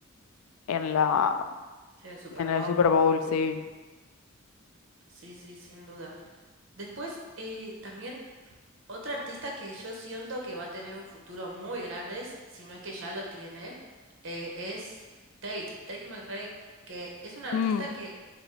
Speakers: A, on the left; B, on the right.
A: en la,
B: Sí, en el Super
A: en
B: Bowl.
A: el Super Bowl, sí.
B: Sí, sí, sin duda. Después, eh, también otra artista que yo siento que va a tener un futuro muy grande, es- si no es que ya lo tiene, eh, es Tate, Tate McRae, que es una artista
A: Mm,
B: que,